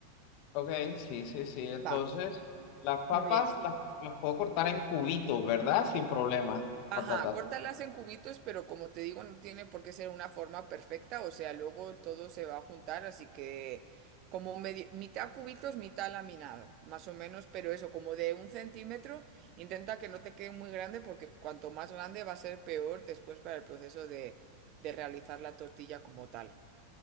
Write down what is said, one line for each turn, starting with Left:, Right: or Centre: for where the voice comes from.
Left: Ok, sí, sí, sí. Entonces,
Right: Va,
Left: las papas
Right: muy bien.
Left: las, las puedo cortar en cubitos, ¿verdad? Sin problema. Patatas.
Right: Ajá, córtalas en cubitos, pero como te digo, no tiene por qué ser una forma perfecta, o sea, luego todo se va a juntar, así que como medi- mitad cubitos, mitad laminado, más o menos, pero eso, como de un centímetro, intenta que no te quede muy grande, porque cuanto más grande va a ser peor después para el proceso de, de realizar la tortilla como tal.